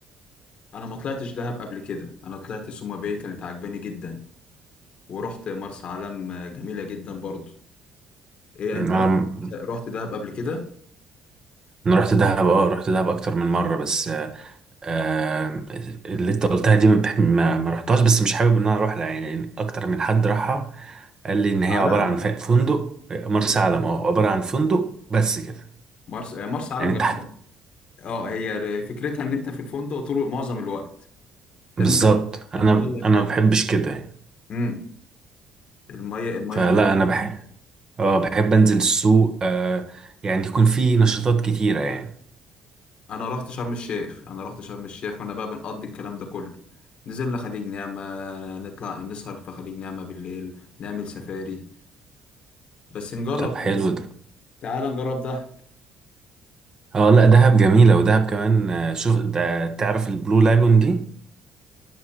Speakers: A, on the left; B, on the right.
A: انا ما طلعتش دهب قبل كده انا طلعت سوما باي كانت عجباني جدا ورحت مرسى علم آه، جميله جدا برضو إيه
B: انا
A: انت رحت رحت دهب قبل كده
B: انا رحت دهب اه رحت دهب اكتر من مره بس آه اللي انت قلتها دي ما, بح- ما ما رحتهاش بس مش حابب ان انا اروح لها يعني اكتر من حد راحها قال لي
A: مرسى
B: ان هي
A: علم
B: عباره عن ف- فندق مرسى علم اه عباره عن فندق بس كده
A: مرسى آه، مرسى علم
B: يعني
A: جميله
B: انت
A: اه هي ر- فكرتها ان انت في الفندق طول معظم الوقت
B: بالظبط
A: الم-
B: انا
A: الميه هناك
B: انا ما بحبش كده يعني.
A: امم الميه الميه
B: فلا
A: هناك.
B: انا بحب اه بحب انزل السوق آه يعني يكون في نشاطات كتيرة يعني
A: انا رحت شرم الشيخ انا رحت شرم الشيخ وانا بقى بنقضي الكلام ده كله نزلنا خليج نعمة نطلع نسهر في خليج نعمة بالليل نعمل سفاري بس نجرب
B: طب حلو ده
A: تعال نجرب دهب
B: اه لا دهب جميلة ودهب كمان آه، شوف ده تعرف البلو لاجون دي